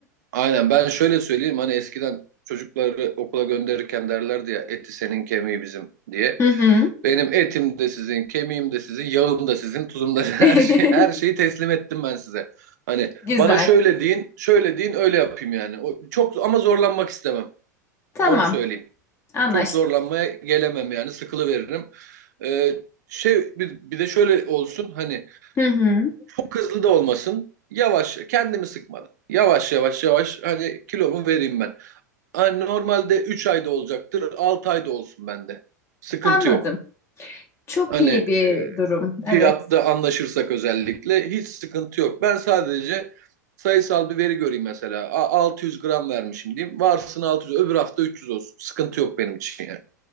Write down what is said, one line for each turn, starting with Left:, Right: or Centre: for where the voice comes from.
Right: Aynen ben şöyle söyleyeyim hani eskiden çocukları okula gönderirken derlerdi ya eti senin kemiği bizim diye.
Left: Hı hı.
Right: Benim etim de sizin, kemiğim de sizin, yağım da sizin, tuzum da <laughs> her
Left: <laughs>
Right: şey her şeyi teslim ettim ben size. Hani
Left: Güzel.
Right: bana şöyle deyin, şöyle deyin öyle yapayım yani. O, çok ama zorlanmak istemem.
Left: Tamam,
Right: Onu söyleyeyim.
Left: anlaştık.
Right: Çok zorlanmaya gelemem yani sıkılıveririm. Ee, şey bir, bir de şöyle olsun hani
Left: Hı hı.
Right: çok hızlı da olmasın. Yavaş kendimi sıkmadan. Yavaş yavaş yavaş hani kilomu vereyim ben. Hani normalde 3 ayda olacaktır. 6 ayda olsun bende. Sıkıntı
Left: Anladım.
Right: yok.
Left: Çok
Right: Hani
Left: iyi
Right: e,
Left: bir durum.
Right: fiyatta
Left: Evet,
Right: anlaşırsak özellikle hiç sıkıntı yok. Ben sadece sayısal bir veri göreyim mesela. A- altı yüz gram vermişim diyeyim. Varsın 600, öbür hafta 300 olsun. Sıkıntı yok benim için yani.